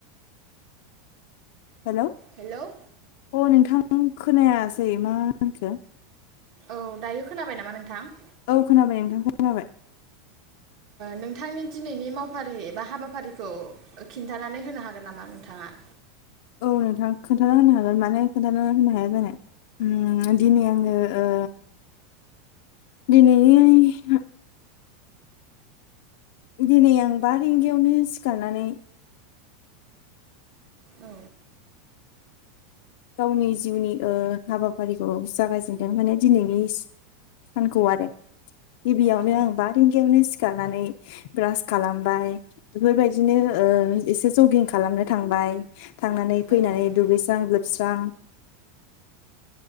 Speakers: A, on the left; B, on the right.
A: हेल'
B: हेलौ
A: औ नोंथां खोनायासै मा होनखो?
B: औ दायो खोनाबाय नामा नोंथां?
A: औ खोनाबाय नोंथांखौ खोनाबाय।
B: नोंथांनि दिनैनि मावफारि एबा हाबाफारिखौ खिन्थानानै होनो हागोन नामा नोंथाङा?
A: औ नोंथां खोन्थाना होनो हागोन माने खोन्थाना होनो हाया जानो ओ दिनै आङो ओ दिनैनि दिनै आं बा रिंगायावनो सिखारनानै
B: औ
A: गावनि जिउनि ओ हाबाफारिखौ जागायजेनदों माने दिनैनि सानखौ आरो गिबियावनो
B: औ
A: आं बा रिंगायावनो सि खारनानै ब्रास खालामबाय बेफोरबायदिनो ओ एसे जगिं खालामनो थांबाय। थांनानै फैनानै
B: औ
A: दुगैस्रां लोब स्रां। <inaudible>